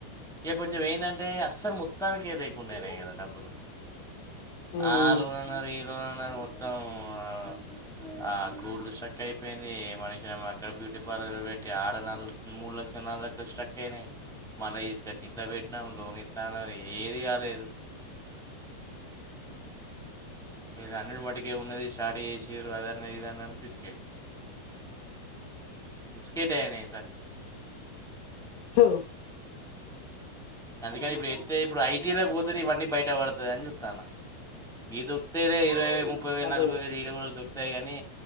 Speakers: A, in the centre; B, on the left (about 70°).
A: ఇక కొంచెం ఏందంటే అస్సలు మొత్తానినికి లేకుండయినాయి కదా డబ్బులు
B: ఉమ్
A: ఆలూనన్నారు ఏ ఇత్తదన్నారు మొత్తం ఆ ఆ గోల్డ్ స్ట్రక్ అయిపోయింది, మనిషిన అక్కడ బ్యూటీ పార్లర్ పెట్టి ఆడ నగు మూడు లక్షలు నాలుగు లక్షలు స్ట్రక్ అయినాయి, మళ్ళీ తీసుకొచ్చి ఇంట్లా పెట్టినాము లోన్ ఇస్తా అన్నారు ఏది కాలేదు. వీళ్ళ అన్నిటి మటుకే ఉన్నది స్టార్ట్ చేసిరు అదన్న ఇదన్నారు బిస్కెట్ బిస్కెట్నే
B: చూ
A: అందుకని ఇప్పుడు ఏత్తే ఇప్పుడు ఐ టీ అనే ‌పోతరు ఇవన్నీ బయట పడుతాయి అని చూత్తాన్నా ఏదో తేనే ఇరవై ముప్పై వేలు
B: అదే
A: నలభై వేలు ఈడ గూడ దొ తాయి కానీ